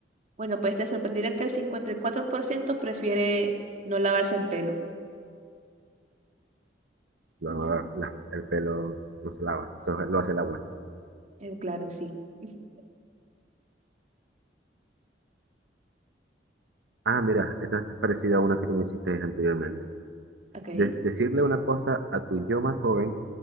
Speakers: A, on the right; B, on the right.
A: Bueno, pues te sorprenderá que el 54% prefiere no lavarse el pelo.
B: lo-
A: Ujú.
B: la- el pelo no se lava, eso lo hace el agua.
A: Eh, claro, sí. Ujú.
B: Ah, mira, esta es parecida a una que tú me hiciste anteriormente.
A: Ok.
B: De- decirle una cosa a tu yo más joven